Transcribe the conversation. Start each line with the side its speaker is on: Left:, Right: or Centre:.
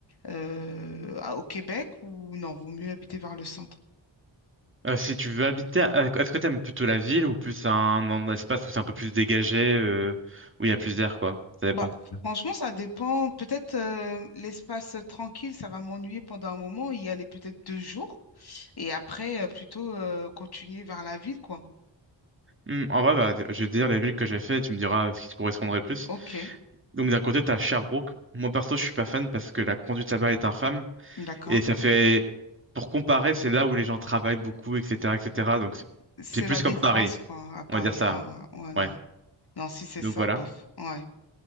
Left: euh, à- au Québec ou non, vaut mieux habiter vers le centre?
Right: Euh, si tu veux habiter, à- est-ce que t'aimes plutôt la ville ou plus un, un espace où c'est un peu plus dégagé, euh, où il y a plus d'air, quoi? Ça dépend.
Left: Bah, franchement, ça dépend. Peut-être euh, l'espace tranquille, ça va m'ennuyer pendant un moment, y aller peut-être deux jours et après euh, plutôt euh, continuer vers la ville, quoi.
Right: Hmm, en vrai, bah, je vais te dire les villes que j'ai fait et tu me diras ce qui te correspondrait le plus.
Left: Ok,
Right: Donc d'un côté, t'as Sherbrooke. Moi perso, je suis pas fan parce que la conduite là-bas est infâme.
Left: d'accord.
Right: Et ça fait, pour comparer, c'est là où les gens travaillent beaucoup, etc., etc. Donc c'est
Left: C'est
Right: c'est plus
Left: la Défense,
Right: comme Paris,
Left: quoi, à Paris.
Right: on va dire ça.
Left: Ah ouais, ouais, non.
Right: Ouais.
Left: Non, si c'est
Right: Donc
Left: ça,
Right: voilà.
Left: bof. Ouais,